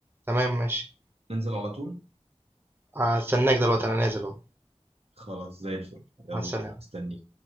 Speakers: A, on the right (about 20°); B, on the right (about 65°).
A: تمام ماشي
B: ننزل على طول
A: هستناك دلوقتي أنا نازل أهو
B: خلاص زي الفل يلا
A: هستناك
B: استني